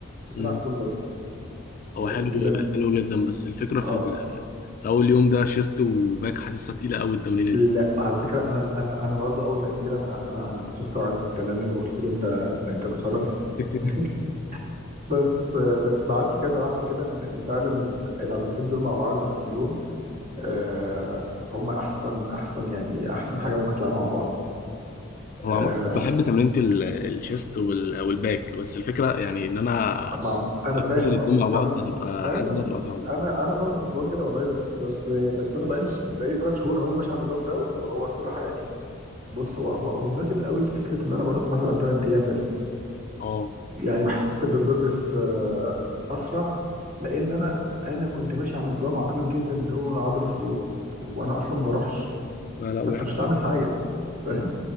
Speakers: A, on the right (about 40°); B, on the left (about 40°).
A: بتلعب
B: مم.
A: فول بودي
B: هو
A: اللي
B: حلو
A: هو تمرين ال...
B: حلو جدا بس الفكرة في
A: اه
B: ال... في أول يوم ده شيست وباك حاسسها تقيلة أوي التمرينة
A: لا
B: دي
A: على فكره انا انا انا برضو اول ما قال لي كده انا انا انا ما كنتش مستوعب تماما وقلت له انت انت, انت بتخرف
B: <laughs>
A: <laughs> بس بس بعت لي كذا بحث كده ان إن فعلا ال- العضلتين دول مع بعض في نفس اليوم آه هم احسن احسن يعني احسن حاجه ممكن تلعبها مع بعض
B: هو عامة
A: آه
B: بحب تمرينة ال- الشيست وال... والباك بس الفكرة يعني إن أنا
A: مع انا
B: أبدل
A: فاهم
B: الاتنين
A: وفعلا
B: مع بعض هتبقى
A: ايوه
B: حاسس إنها تبقى صعبة
A: انا انا برضو كنت بقول كده والله بس بس بس انا بقالي بقالي ثلاث شهور اهو ماشي على النظام ده وهو الصراحه يعني بص هو هو هو مناسب قوي لفكره ان انا بروح مثلا ثلاث ايام بس
B: اه
A: يعني بحس ببروجرس آه اسرع لان انا انا كنت ماشي على نظام عقيم جدا اللي هو عضله في اليوم وانا اصلا ما بروحش
B: لا لا
A: فانت
B: وحش
A: مش هتعمل حاجه فاهم
B: مم.